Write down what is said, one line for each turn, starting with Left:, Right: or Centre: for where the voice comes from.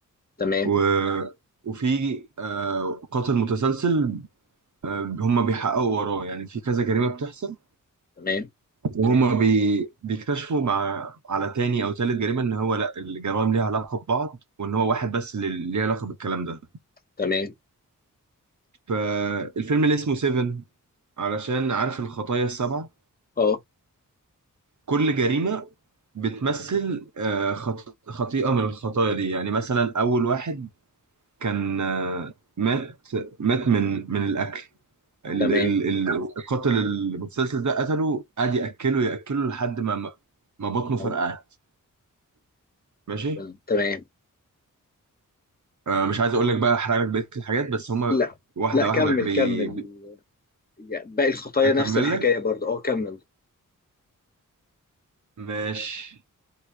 Left: تمام
Right: و وفي آه، قاتل متسلسل آه، هم بيحققوا وراه يعني في كذا جريمة بتحصل
Left: تمام
Right: وهم بي... بيكتشفوا مع على تاني أو تالت جريمة إن هو لأ الجرائم ليها علاقة ببعض وإن هو واحد بس اللي ليه علاقة بالكلام ده
Left: تمام
Right: فالفيلم اللي اسمه سيفن علشان عارف الخطايا السبعة
Left: اه
Right: كل جريمة بتمثل آه، خط... خطيئة من الخطايا دي يعني مثلا أول واحد كان آه، مات مات من من الأكل ال
Left: تمام
Right: ال ال- القاتل المتسلسل ده قتله قعد ياكله ياكله لحد ما ما ما بطنه
Left: موت
Right: فرقعت ماشي
Left: ربنا تمام
Right: آه مش عايز اقول لك بقى احرق لك بقيه الحاجات بس هما
Left: لا
Right: واحده
Left: لا كمل
Right: واحده بي...
Left: كمل
Right: بي...
Left: يعني باقي الخطايا
Right: اكمل
Left: نفس الحكايه
Right: لك
Left: برضه اه كمل
Right: ماشي